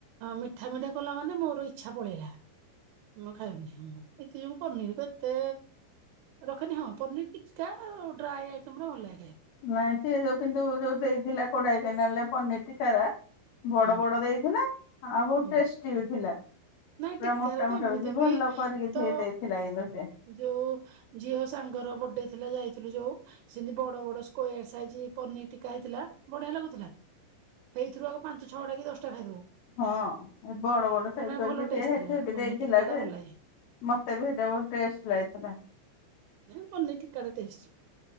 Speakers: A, on the right; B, on the left.
A: ମିଠା ମିଠା କଲା ମାନେ ମୋର ଇଛା ପଳେଇଲା ମୁ ଖାଇବନି କି ମୁଁ ପନିର କୁ ଏତେ ରଖେନି ହଁ। ପନିର ଟିକା ଡ୍ରାଏ ଆଇଟମ ଗୁରା ଭଲ ଲାଗେ ଖାଇବାକୁ।
B: ନାଇଁ ସିଏ ଯୋଉ କିନ୍ତୁ ଯୋଉ ଦେଇଥିଲା କୋଡାଇ କେନାଲ ରେ ପନିର ଟିକା ରା ବଡ
A: ଖାଇବାକୁ
B: ବଡ ଦେଇଥିଲା। ଆଉ ବହୁତ
A: ହଁ ହୁଁ
B: ଟେଷ୍ଟି ବି ଥିଲା।
A: ନାଇଁ
B: ପୁରା
A: ଟିକାର
B: ମୋଟା
A: ତ
B: ମୋଟା
A: ଏମିତି ବି
B: ଭଲ କରିକି
A: ତ
B: ଦେଇଥିଲା କିନ୍ତୁ ସେ
A: ଯୋଉ ଝିଅ ସାଙ୍ଗର ବର୍ଡେ ଥିଲା ଯାଇ ଥିଲୁ ଯୋଉ ସେମିତି ବଡ ବଡ ସ୍କୋୟର ସାଇଜ ପନିର ଟୀକା ହେଇଥିଲା ବଢିଆ ଲାଗୁଥିଲା ସେଇଥିରୁ ଆଗ ପାଞ୍ଚ ଛଅ ଟା କି ଦଶଟା ଖାଇଦବୁ।
B: ହଁ ଏ ବଡ ବଡ ସାଇଜ
A: ବଢିଆ
B: କରିକି।
A: ଭଲ ଟେଷ୍ଟ
B: ସେ ହେଠି
A: ଥିଲା
B: ବି
A: ପନିର
B: ଦେଇଥିଲା
A: ଟିକ ଟା
B: ଯେ
A: ଭଲ ଲାଗେ।
B: ମତେ ବି ସେଇଟା ବହୁତ ଟେଷ୍ଟ ଲାଗିଥିଲା
A: ନାଇ ପନିର ଟିକକା ଟା ଟେଷ୍ଟ।